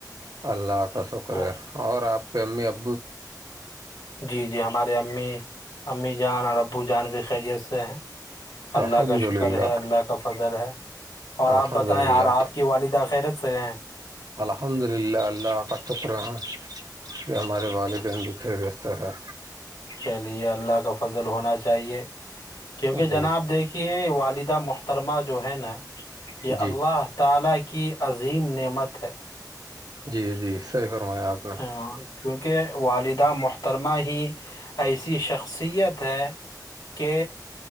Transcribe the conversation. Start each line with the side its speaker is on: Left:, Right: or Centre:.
Right: اللہ کا شکر
Left: وہ-
Right: ہے اور آپ کے امی ابو
Left: جی جی ہمارے امی امی جان اور ابو جان بھی خیریت سے ہیں اللہ
Right: الحمد
Left: کا شکر
Right: للہ
Left: ہے اللہ کا کا فضل ہے اور آپ
Right: الحمد
Left: بتائیں
Right: للہ
Left: آپ کی والدہ خیریت سے ہیں
Right: الحمد للہ اللہ کا شکر ہیں کہ ہمارے والدین بھی خیریت سے ہیں
Left: چلیے اللہ کا فضل ہونا چاہیے کیونکہ
Right: جی
Left: جناب دیکھیے کہ والدہ محترمہ جو ہے نا یہ
Right: جی
Left: اللہ تالا کی عظیم نعمت ہے
Right: جی جی صحیح فرمایا آپ نے
Left: ہاں کیونکہ والدہ محترمہ ہی ایسی شخصیت ہے کہ